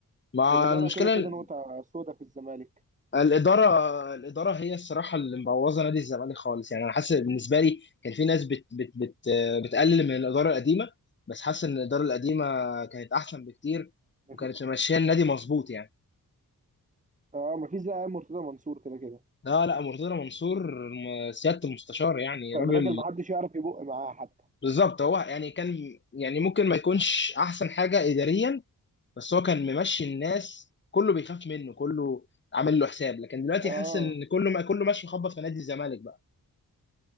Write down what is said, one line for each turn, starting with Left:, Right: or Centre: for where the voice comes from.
Left: مع
Right: والاداره
Left: المشكلة
Right: كده كده
Left: ال-
Right: نقطه سودا في الزمالك
Left: الإدارة الإدارة هي الصراحة اللي مبوظة نادي الزمالك خالص يعني أنا حاسس بالنسبة لي كان في ناس بت بت بت آه، بتقلل من الإدارة القديمة بس حاسس إن الإدارة القديمة كانت أحسن بكتير
Right: ما
Left: وكانت
Right: في
Left: ماشية النادي مظبوط يعني
Right: اه ما فيش زي مرتضى منصور كده كده
Left: لا لا مرتضى منصور م- سيادة المستشار يعني
Right: كان
Left: راجل
Right: راجل ما حدش يعرف يبق معاه حتى
Left: بالظبط هو يعني كان يعني ممكن ما يكونش احسن حاجه اداريا بس هو كان ممشي الناس كله بيخاف منه كله عامل له حساب لكن دلوقتي
Right: اه
Left: حاسس ان كله ما كله ماشي مخبط في نادي الزمالك بقى